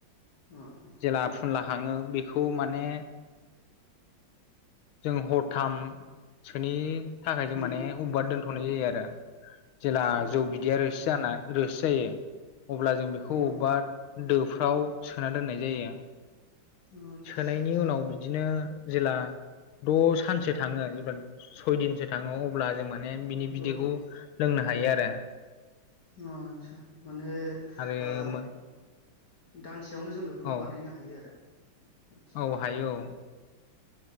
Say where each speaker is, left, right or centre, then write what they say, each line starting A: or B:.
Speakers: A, on the left; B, on the left.
A: अ ह
B: जेला फुनला खाङो बेखौ माने जों हरथामसोनि थाखाय जों
A: उम
B: माने
A: उम
B: उब्बा दोन्थ'नाय जायो आरो। जेला
A: औ नोंथां
B: जौ बिदैया रोसि जाना रोसि जायो, अब्ला जों बेखौ
A: उम
B: अब्बा दोफ्राव सोनानै दोननाय जायो,
A: आदसा
B: सोनायनि
A: आदसा
B: उनाव बि बिदिनो जेला द सानसो थाङो जेब्ला सयदिनसो थाङो अब्ला जों मान ने बिनि बिदैखौ
A: औ
B: लोंनो हायो आरो।
A: अ आचसा माने
B: आरो
A: ओ
B: आरो
A: दानसेयावनो जों बे बेफोरखौ
B: औ
A: बानायनो हायो आरो। आदसा
B: औ हायो औ।